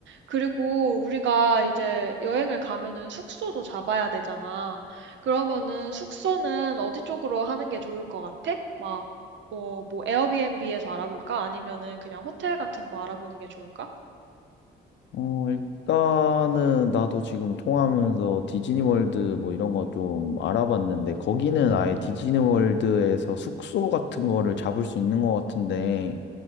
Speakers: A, on the right; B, on the left.
A: 그리고 우리가 이제 여행을 가면은 숙소도 잡아야 되잖아. 그러면은 숙소는 어디 쪽으로 하는 게 좋을 것 같아? 막, 어, 뭐, 에어비앤비에서 알아볼까? 아니면은 그냥 호텔 같은 거 알아보는 게 좋을까?
B: 어, 일단은 나도 지금 통화하면서 디즈니 월드 뭐 이런 거 좀 알아봤는데 거기는 아예 디즈니 월드에서 숙소 같은 거를 잡을 수 있는 것 같은데